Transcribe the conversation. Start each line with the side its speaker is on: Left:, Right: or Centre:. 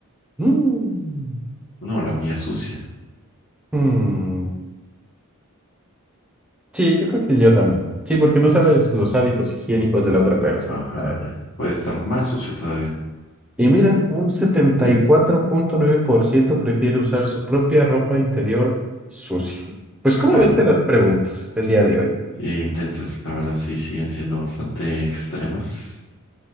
Centre: Mm.
Left: no, la mía sucia.
Centre: Mm. Sí, yo creo que yo también. Sí, porque no sabes los hábitos higiénicos de la otra persona,
Left: Ajá,
Centre: la verdad.
Left: eh, puede estar más sucio todavía.
Centre: Y mira, un setenta y cuatro punto nueve por ciento prefiere usar su propia ropa interior sucia. Pues,
Left: Pues claro.
Centre: ¿cómo viste las preguntas el día de hoy?
Left: E intensas, la verdad, sí, siguen siendo bastante extremas.